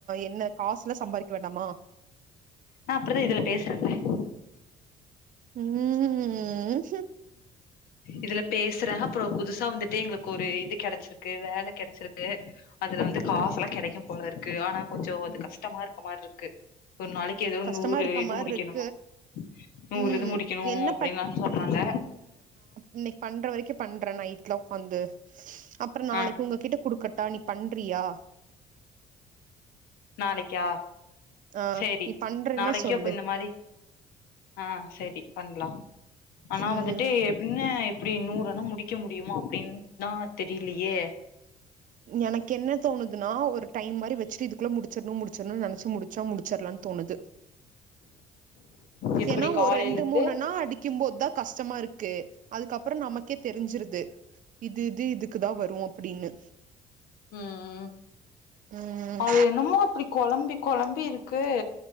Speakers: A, on the right; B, on the left.
A: என்ன காசுலா சம்பாரிக்க வேண்டாமா
B: ஆ அப்புறோந்தா இதுல பேசுறன்ல <inaudible>
A: ம்
B: இதுல பேசுற அப்புறோ புதுசா வந்துட்டு எங்களுக்கு ஒரு இது கெடச்சுருக்கு வேல கெடச்சுருக்கு அதுல வந்து காசு எல்லா கெடைக்கும் போல இருக்கு ஆனா கொஞ்சோ அது கஷ்டமா இருக்க மார் இருக்கு ஒரு நாளைக்கு ஏதோ
A: கஷ்டமா
B: நூறு
A: இருக்க
B: இது
A: மாரி
B: முடிக்கணுமா
A: இருக்கு
B: நூறு
A: ம்
B: இது முடிக்கணு
A: என்ன
B: அப்டின்தா சொல்றாங்க
A: இன்னிக்கு பண்ற வரைக்கு பண்ற நைட்ல உக்காந்து அப்புறோ நாளைக்கு
B: ஆ
A: உங்ககிட்ட குடுக்கட் பா நீ பண்றியா
B: நாளைக்கா
A: ஆ
B: சேரி
A: நீ பண்றேன்னா
B: நாளைக்கே
A: சொல்லு
B: அப்போ இந்த மாரி ஆ சேரி பண்லா ஆனா
A: ம்
B: வந்துட்டு எப்பின்ன இப்டி நூறுனா முடிக்க முடியுமா அப்டின்தா தெரிலியே
A: எனக்கு என்ன தோணுதுன்னா ஒரு டைம் மாரி வெச்சுட்டு இதுக்குள்ள முடுச்சுருனு முடுச்சுருன் நெனச்சு முடுச்சா முடுச்சுர்லான் தோணுது
B: எப்டி
A: ஏன்னா
B: காலைல
A: ஒரு ரெண்டு
B: இருந்து
A: மூணு நா அடிக்கும் போது தா கஷ்டமா இருக்கு அதுக்கப்புறோ நமக்கே தெருஞ்சுருது இப் இது இது இதுக்குதா வரு அப்புடின்னு
B: ம்
A: ம்
B: அது என்னமோ அப்டி கொழம்பி கொழம்பி இருக்கு